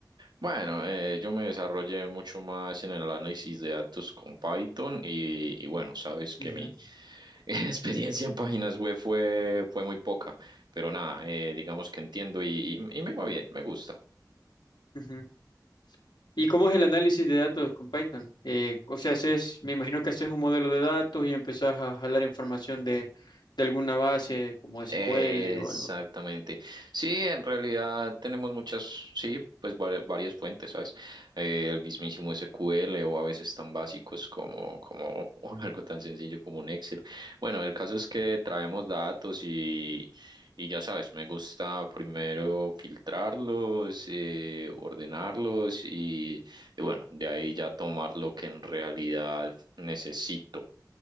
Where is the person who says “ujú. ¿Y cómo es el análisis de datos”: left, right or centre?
Left